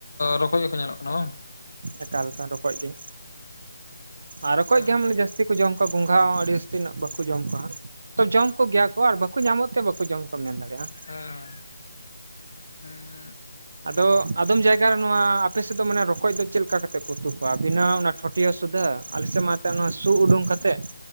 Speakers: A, on the left (about 55°); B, on the right (about 40°).
A: ᱨᱚᱠᱚᱡ ᱜᱮᱠᱚ ᱧᱮᱞᱚᱜ ᱠᱟᱱᱟ ᱵᱟᱝ
B: ᱮᱠᱟᱞ ᱮᱠᱟᱞ ᱨᱚᱠᱚᱡ ᱜᱮ ᱟᱨ ᱨᱚᱠᱚᱡ
A: ᱛᱟᱦᱚᱞᱮ
B: ᱜᱮ ᱵᱚᱞᱮ ᱡᱟᱹᱥᱛᱤ
A: ᱦᱮᱸ
B: ᱠᱚ ᱡᱚᱢ ᱠᱚᱣᱟ ᱜᱚᱝᱜᱷᱟ ᱦᱚᱸ ᱟᱹᱰᱤ ᱡᱟᱹᱥᱛᱤ ᱫᱚ ᱱᱟᱜ ᱵᱟᱠᱚ ᱡᱚᱢ ᱠᱚᱣᱟ ᱦᱟᱸᱜ ᱛᱚ ᱡᱚᱢ ᱠᱚ ᱜᱮᱭᱟ ᱠᱚ ᱟᱨ ᱵᱟᱠᱚ ᱧᱟᱢᱚᱜ ᱛᱮ ᱵᱟᱠᱚ ᱡᱚᱢ ᱛᱚᱢ ᱢᱮᱱ ᱫᱟᱲᱮᱭᱟᱜᱼᱟ
A: ᱦᱮᱸ, ᱩᱸᱻ
B: ᱟᱫᱚ ᱟᱫᱚᱢ ᱡᱟᱭᱜᱟ ᱨᱮ ᱱᱚᱣᱟ ᱟᱯᱮ ᱥᱮᱫ ᱫᱚ ᱢᱟᱱᱮ ᱨᱚᱠᱚᱡ ᱫᱚ ᱪᱮᱫ ᱞᱮᱠᱟ ᱠᱟᱛᱮᱫ ᱠᱚ ᱩᱛᱩ ᱠᱚᱣᱟ ᱵᱤᱱᱟᱹ ᱚᱱᱟ ᱴᱷᱚᱴᱭᱚ ᱥᱩᱫᱷᱟᱹ? ᱟᱞᱮ ᱥᱮᱫ ᱢᱟ ᱢᱟ ᱥᱩ ᱩᱰᱩᱝ ᱠᱟᱛᱮᱫ